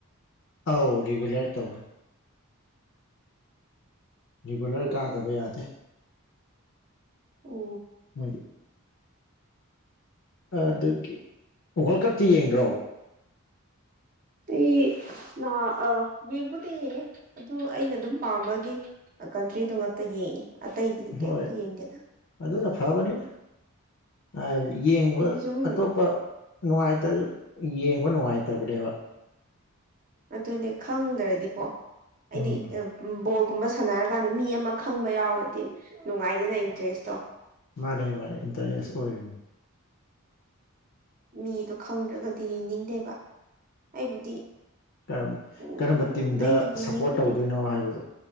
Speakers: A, on the left; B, on the right.
A: ꯑꯥꯎ ꯔꯦꯒꯨꯂꯔ ꯇꯧ ꯔꯤꯒꯨꯂꯔ
B: ꯎ
A: ꯀꯥꯗꯕ ꯌꯥꯗꯦ
B: ꯑꯣ
A: ꯃꯣꯏꯌꯦꯛ ꯑꯗꯨꯒꯤ ꯋꯥꯔꯜ ꯀꯞꯇ ꯌꯦꯡꯗ꯭ꯔꯣ
B: ꯑꯩ ꯅꯍꯥ ꯌꯦꯡꯕꯗꯤ ꯌꯦꯡꯉꯦ ꯑꯗꯨ ꯑꯩꯅ ꯑꯗꯨꯝ ꯄꯥꯝꯕꯒꯤ ꯀꯟꯇ꯭ꯔꯤꯗꯨ ꯉꯛꯇ ꯌꯦꯡꯉꯤ ꯑꯇꯩꯗꯤ ꯀꯩꯝꯇ
A: ꯍꯣꯏ
B: ꯌꯦꯡꯒꯦꯗ
A: ꯑꯗꯨꯅ ꯐꯕꯅꯤꯅ ꯍꯥꯏꯕꯗꯤ ꯌꯦꯡꯕ
B: ꯑꯗꯨ ꯁꯨꯝ
A: ꯑꯇꯣꯞꯄ ꯅꯨꯡꯉꯥꯏꯇ ꯌꯦꯡꯕ ꯅꯨꯡꯉꯥꯏꯇꯕꯅꯦꯕ
B: ꯑꯗꯨꯅꯦ ꯈꯪꯗ꯭ꯔꯗꯤꯀꯣ ꯑꯩꯗꯤ
A: ꯎꯝ
B: ꯕ ꯒꯨꯝꯕ ꯁꯥꯟꯅꯔꯀꯥꯟꯗ ꯃꯤ ꯑꯃ ꯈꯪꯕ ꯌꯥꯎꯔꯗꯤ ꯅꯨꯡꯉꯥꯏꯗꯅ ꯏꯟꯇꯔꯦꯁꯇꯣ
A: ꯃꯥꯅꯦ ꯃꯥꯅꯦ ꯏꯟꯇꯔꯅꯦꯁ ꯑꯣꯏꯕꯅꯤ
B: ꯃꯤꯗꯣ ꯈꯪꯗ꯭ꯔꯒꯗꯤ ꯌꯦꯅꯤꯡꯗꯦꯕ ꯑꯩꯕꯨꯗꯤ
A: ꯀ
B: ꯎꯝ
A: ꯀꯔꯝꯕ ꯇꯤꯝꯗ
B: ꯑꯩꯅ ꯌꯦꯡꯅꯤꯡꯕꯗꯤ
A: ꯁꯞꯄꯣꯔꯠ ꯇꯧꯗꯣꯏꯅꯣ ꯍꯥꯏꯕꯗꯣ